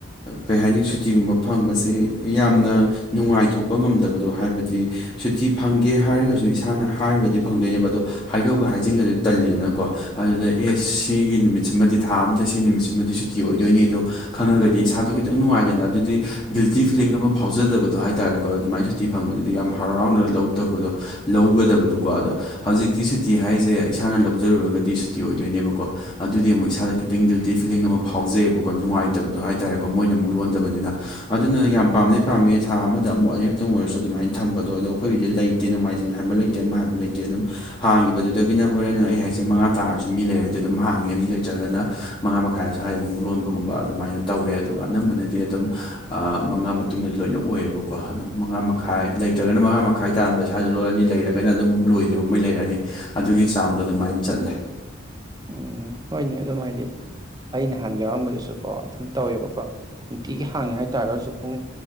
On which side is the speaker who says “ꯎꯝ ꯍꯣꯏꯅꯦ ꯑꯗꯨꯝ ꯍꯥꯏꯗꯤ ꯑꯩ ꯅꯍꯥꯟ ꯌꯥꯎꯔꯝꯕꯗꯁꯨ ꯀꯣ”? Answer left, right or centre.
Right